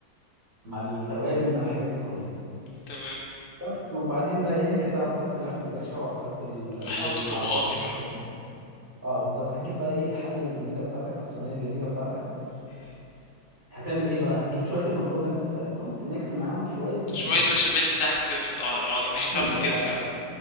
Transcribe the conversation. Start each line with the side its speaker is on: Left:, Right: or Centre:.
Right: مع التوابل مع الحاجات دي كلها
Left: تمام
Right: بس وبعدين بقى ايه انت كده عصقت اللحمه يا باشا وعصقت ال... و-
Left: هحط
Right: وعملت
Left: طبقاتي بقى
Right: البشاميل اه بالظبط هتجيب بقى ايه الحله الجميله بتاعتك الصينيه الجميله بتاعتك
Left: مهم.
Right: هتعمل ايه بقى هتجيب شويه المكرونه اللي انت سلقتهم تميكس معاهم شويه بشاميل
Left: شويه بشاميل تحت كده في القعر اه انا
Right: مش
Left: بحب
Right: كله
Left: اعمل كده
Right: اه
Left: فعلا
Right: يعني.